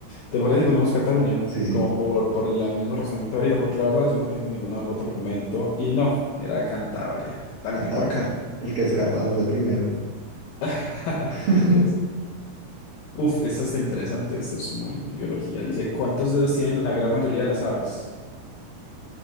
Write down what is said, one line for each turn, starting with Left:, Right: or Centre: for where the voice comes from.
Left: ¿Te parece si ponemos Cataluña?
Right: Sí, sí,
Left: Como por, por el mismo razonamiento ahorita, porque la verdad yo no tengo ningún otro argumento. Y no, era Cantabria. También
Right: Cantabria,
Left: por Can
Right: el que descartamos
Left: Capricho.
Right: de primero.
Left: <laughs>
Right: <laughs>
Left: No puede ser. Uf, esta está interesante. Esto es muy biología. Dice, ¿cuántos dedos tienen la gran mayoría de las aves?